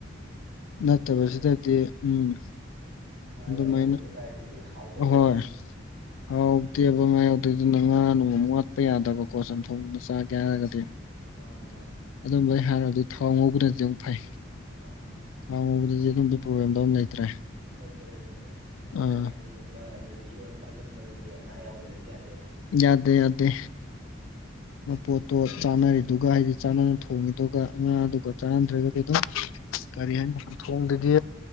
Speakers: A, on the left; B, on the right.
A: ꯅꯠꯇꯕꯁꯤꯗꯗꯤ
B: ꯉꯥ
A: ꯎꯝ
B: ꯉꯥ
A: ꯑꯗꯨꯃꯥꯏꯅ
B: ꯌꯥꯎꯗ꯭ꯔꯗꯤ ꯀꯥꯏꯗꯒꯤ ꯍꯥꯎꯕ
A: ꯍꯣꯏ
B: ꯄꯣꯠꯅꯣ
A: ꯍꯥꯎꯗꯦꯕ ꯉꯥ ꯌꯥꯎꯗꯦ ꯑꯗꯨꯅ ꯉꯥ ꯅꯅꯨꯡꯃ ꯋꯥꯠꯄ ꯌꯥꯗꯕꯀꯣ ꯆꯝꯊꯣꯡ ꯑꯃ ꯆꯥꯒꯦ ꯍꯥꯏꯔꯒꯗꯤ
B: ꯃꯥꯅꯦ ꯃꯥꯅꯦ
A: ꯑꯗꯨꯝꯕ ꯑꯩ ꯍꯥꯏꯔꯕꯗꯤ ꯊꯋꯥ ꯉꯧꯕꯅ ꯑꯗꯨꯝ ꯐꯩ
B: ꯑꯥ
A: ꯑꯉꯕꯗꯗꯤ ꯑꯗꯨꯝꯗꯤ ꯄ꯭ꯔꯣꯕ꯭ꯂꯦꯝꯗꯣ ꯑꯗꯨꯝ ꯂꯩꯇ꯭ꯔꯦ
B: ꯂꯩꯇꯔꯦ ꯂꯩꯇ꯭ꯔꯦ ꯍꯥꯏꯗꯤ
A: ꯑꯥ
B: ꯀꯥꯡꯁꯣꯏꯒꯨꯝꯕ ꯑꯗꯨ ꯏꯔꯣꯏ ꯈꯣꯠꯍꯟꯕꯗꯗꯤ ꯑꯉꯥ ꯌꯥꯎꯗ꯭ꯔꯗꯤ ꯌꯥꯗꯦꯕ
A: ꯌꯥꯗꯦ ꯌꯥꯗꯦ ꯃꯄꯣꯠꯇꯣ ꯆꯥꯅꯔꯤꯗꯨꯒ ꯍꯥꯏꯗꯤ ꯆꯥꯅꯅ ꯊꯣꯡꯉꯤꯗꯨꯒ ꯑꯉꯥꯡꯗꯨꯒ ꯆꯥꯟꯅꯗ꯭ꯔꯒ ꯀ ꯑꯗꯨꯝ ꯀꯔꯤ ꯍꯥꯏꯅꯤ ꯊꯣꯡꯗꯗꯤ